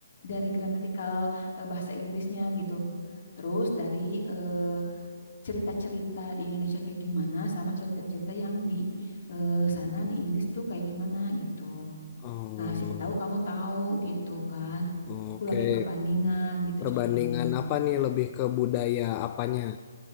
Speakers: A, on the left; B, on the left.
A: dari gramatikal eh, bahasa Inggrisnya gitu. Terus dari eh, cerita-cerita di Indonesia kayak gimana, sama cerita-cerita yang di eh, sana di Inggris tuh kayak gimana gitu.
B: Oh,
A: Nah, siapa tahu kamu tahu gitu kan.
B: oke.
A: Aku lagi perbandingan gitu
B: Perbandingan
A: ceritanya.
B: apa nih? Lebih ke budaya apanya?